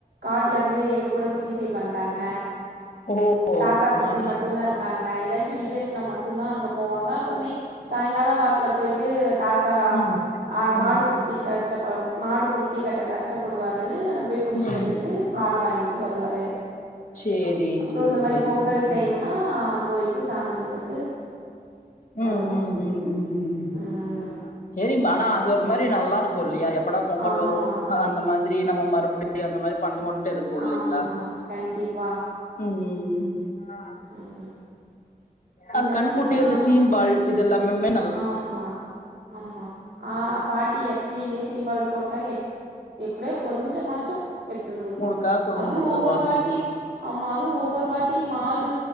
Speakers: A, on the right; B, on the left.
A: காட்டுல இருந்து எங்க கூட சிட்டி சைடு் வன்ட்டாங்க
B: ஓ
A: தாத்தா பாட்டி
B: ஆஹா
A: மட்டுந்தா இருக்காங்க ஏதா ச்சு விசேஷன்னா மட்டுந்தா அங்க போவாங்க அப்புறமே சாயங்கால வாக்குல போயி ட்டு தாத்தா
B: ம்
A: ஆ மாடு
B: ம்
A: புடிக்கிச்சு கஷ்டப்பா மாடு பிடிக்கி கட்ட கஷ்டப்படுவாரு ன்னு போயி புடிச்சு
B: ம்
A: கட்டிட்டு பால் வாங்கிட்டு வருவாரு
B: சேரி
A: அப்போ
B: சேரி
A: இந்த மாறி
B: சேரிங்க
A: பொங்கல்
B: ம்
A: டைமுன்னா
B: ம்
A: போய்ட்டு சாமி கும்புட்டு
B: ம்
A: வருவோ
B: ம் ம் ம் ம்
A: ம்
B: சேரி மனோ அது ஒரு மாறி நல்லா இருக்கும் இல்லையா எப் படா பொங்கல்
A: ஆமா
B: வரும் அந்த மாதிரி நம்ம மறுபடி அந்த மாறி பண்ணுவோன் ட்டு இருக்கும் இல்லைங்ளா
A: ஆமா கண்டிப்பா
B: ம் ஆ
A: ம் இந்த
B: அது கன்னுகுட்டி
A: மாரிலா
B: அந்த சீம்பால் இது எல்லாமும்மே
A: ஆமா ஆமா ஆ பாட்டி எப்பயுமே சீம்பால் போட்டா எப் எப்டியோ கொஞ்சோமாச்சு எடுத்துட் வந்து குடுத்துருவாங்க
B: உங்களுக்கா கொண்டு
A: அதுவு
B: வந்து குடுத்துருவாங்க
A: ஒவ்வொரு வாட்டியு ஆமா அது ஒவ்வொரு வாட்டி மாடு